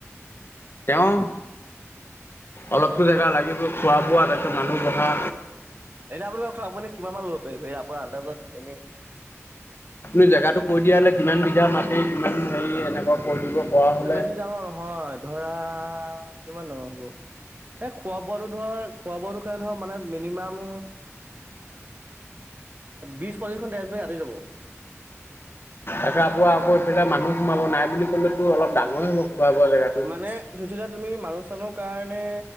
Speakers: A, on the left; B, on the right.
A: তেওঁৱ অলপতো জেগা লাগিব খোৱা, বোৱা তাৰিছত মানুহ বহা
B: এনে আপুনি কওকচোন আপুনি কিমান মান ল'ব পাৰিব আপোনাৰ আত এনেই
A: আপুনি জেগাতটো কৈ দিয়া হলে কিমান বিঘা মাটি কিমান হেৰি এনেকুৱা কৈ দিব পৰা হ'লে
B: উ, বেছি যাম আৰু নহয় ধৰা কিমান ডাঙৰ হ'ব এ, খোৱা, বোৱাটো ধৰ খোৱা, বোৱাটো কেনে ধৰ মানে মিনিমাম বিশ, পঁচিছ ঘ কাটি দাব।
A: এখাৰ পোৱা আকৌ এইফালে মানুহ সোমাব নাই বুলি ক'লেতো অলপ ডাঙৰেই হ'ব। খোৱা বোৱা জেগাটো
B: মানে ধটোতি তুমি মানুহ চানহ কাৰণে